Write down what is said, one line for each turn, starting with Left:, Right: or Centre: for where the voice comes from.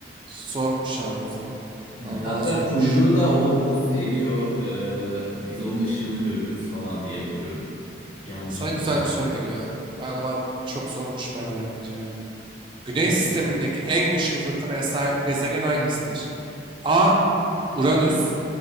Right: Zormuş abi o zaman.
Left: Hmm,
Right: Vallahi
Left: Hatta
Right: zormuş.
Left: kuyruğu da o buz eriyor, ee, biz onun ışığını görüyoruz falan diye biliyorum. Yanlış
Right: Sana
Left: bilmiyorsam.
Right: güzel bir soru geliyor abi. Vallahi çok zormuş bana bakınca öyle. Güney
Left: Okey.
Right: sistemindeki en güçlü fırtınaya sahip gezegen hangisidir? A. Uranüs